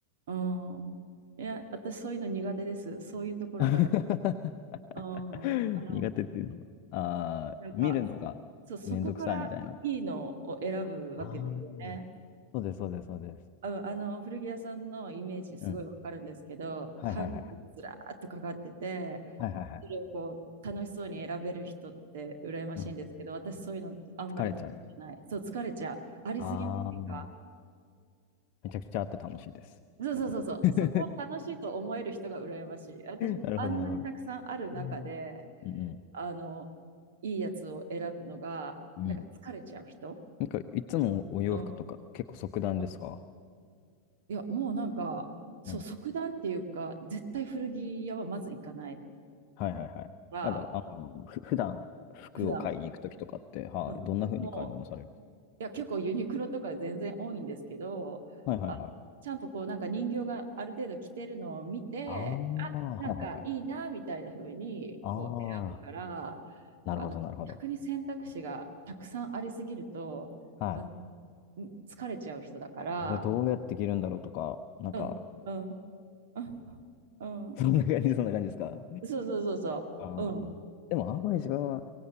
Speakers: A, on the right (about 55°); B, on the left (about 40°).
A: うん。いや、私そういうの苦手です。そういうところから。
B: <laughs>
A: うん。あの、
B: 苦手っていうのは。ああ、
A: なんか、
B: 見るのがめんどくさいみたいな。
A: そう、そこからいいのを選ぶわけですよね。
B: ああ。そうです、そうです、そうです。
A: うんあの古着屋さんのイメージすごいわかるんですけど、
B: うん。はいはいはいはい。
A: ハンガーにずらーっとかかってて、
B: はいはいはい。
A: それをこう楽しそうに選べる人って羨ましいんですけど、
B: うん。
A: 私そういうのあんまり得意じゃない。
B: 疲れちゃう。
A: そう、疲れちゃう。ありすぎませんか
B: ああ、めちゃくちゃあって楽しいです。
A: そうそうそうそう。
B: <laughs>
A: そこを楽しいと思える人が羨ましい。私、
B: なるほど、
A: あんなにたくさんある中で、
B: なるほど。えーうん
A: あの、いいやつを選ぶのが、
B: うん。
A: なんか疲れちゃう人。
B: うん。なんか、いつもお洋服とか結構即断ですか
A: うん。うんいや、もうなんか、そう、
B: うん。
A: 即断っていうか、絶対古着屋はまず行かない。
B: はいはいはい。
A: は、
B: なんだろう、あの、ふ、普段服を買いに行くときとかって、
A: 普段、
B: はい、
A: うん。
B: どんな風に買い物される
A: もう、いや、結構ユニクロとか全然多いんですけど、
B: はいはいはい。
A: あの、ちゃんとこう、なんか人形がある程度着てるのを見て、
B: ああ、はいはいはい。
A: なんかいいな、みたいな風に、
B: ああ、
A: こう、選ぶから、
B: なるほど、
A: あの、
B: なるほど。
A: 逆に選択肢がたくさんありすぎると、
B: はい。
A: あの、疲れちゃう人だから、
B: これどうやって着るんだろうとか、なんか、
A: うん、うん、うん、うん、
B: <laughs> そんな感じ、そんな感じですか。
A: そうそうそうそう、
B: あーでもあんまり自分は